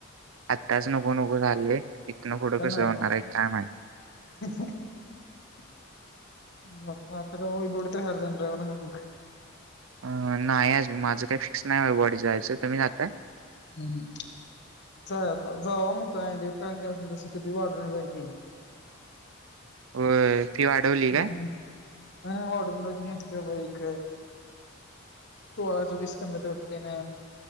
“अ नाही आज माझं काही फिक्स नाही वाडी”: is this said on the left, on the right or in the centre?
Right